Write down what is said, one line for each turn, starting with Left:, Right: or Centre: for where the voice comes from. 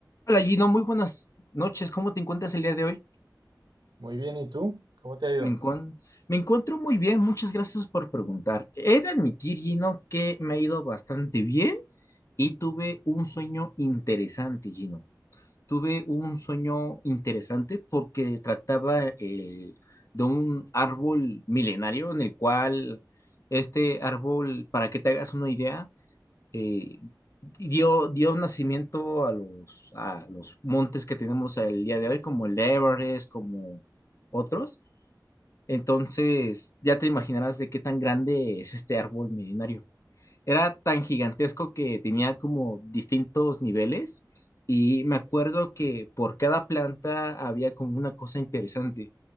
Left: Hola Gino, muy buenas noches. ¿Cómo te encuentras el día de hoy?
Right: Muy bien, ¿y tú? ¿Cómo te ha ido?
Left: Me encuentro, me encuentro muy bien, muchas gracias por preguntar. He de admitir, Gino, que me ha ido bastante bien y tuve un sueño interesante, Gino. Tuve un sueño interesante porque trataba eh, de un árbol milenario en el cual este árbol, para que te hagas una idea, eh, dio, dio nacimiento a los, a los montes que tenemos el día de hoy, como el Everest, como otros. Entonces, ya te imaginarás de qué tan grande es este árbol milenario era tan gigantesco que tenía como distintos niveles y me acuerdo que por cada planta había como una cosa interesante.